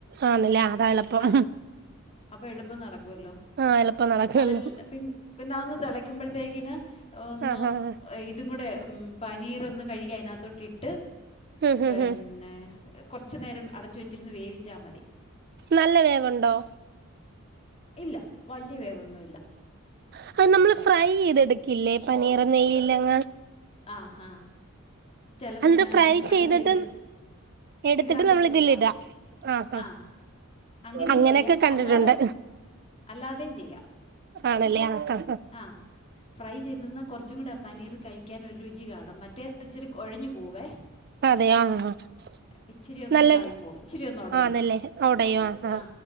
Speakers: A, on the right; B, on the left.
A: ആണല്ലേ അതാ എളുപ്പം
B: ആഹ് അപ്പൊ എളുപ്പം നടക്കുവല്ലോ
A: ആ എളുപ്പം നടക്കുവല്ലോ
B: അതല്ല പി പിന്നെ അതൊന്ന് തിളയ്ക്കുമ്പോഴത്തേക്കിന് ഒന്ന്
A: ആഹ് ആഹ്
B: ഇതും കൂടെ പനീറൊന്ന് കഴുകി അതിനകത്തോട്ട് ഇട്ട്
A: ഹ് ഹ്
B: പിന്നെ
A: ഹ്
B: കൊറച്ച് നേരം അടച്ച് വച്ചിരുന്നു വേവിച്ചാ മതി
A: നല്ല വേവുണ്ടോ
B: ഇല്ല വലിയ വേവൊന്നുല്ല
A: അത് നമ്മള് ഫ്രൈ ചെയ്തെടുക്കില്ലേ പനീർ നെയ്യിലെങ്ങാൺ
B: ആഹാ ചെലപ്പം
A: എന്നിട്ട്
B: ഞാൻ അങ്ങനെ ഫ്രൈ
A: ചെയ്തിട്ട്
B: ചെയ്തെടു
A: എടുത്തിട്ട്
B: ഇതിനകത്തിട്ട്
A: നമ്മൾ ഇതിലിടാ
B: വെക്കാം
A: ആഹാ
B: ആ അങ്ങനെയും
A: അങ്ങനെക്കെ
B: ചെയ്യാം
A: കണ്ടിട്ടുണ്ട്
B: അല്ലാതെ അല്ലാതെയും ചെയ്യാം
A: ആണല്ലേ ആഹ് ആഹ്
B: ആഹ് ഫ്രൈ ചെയ്ത്ന്നാ കൊറച്ചും കൂടെ പനീർ കഴി യ്ക്കാൻ ഒരു രുചി കാണും മറ്റേത് ഇച്ചിരി കൊഴഞ്ഞു പോവേ
A: <unintelligible>
B: ഇച്ചിരി ഒന്ന്
A: നല്ലത്
B: ഇതായി പോവും ഇച്ചിരി ഒന്ന് ഉടയും
A: ആണല്ലേ ഒടയും ആഹ് ആഹ്
B: ആ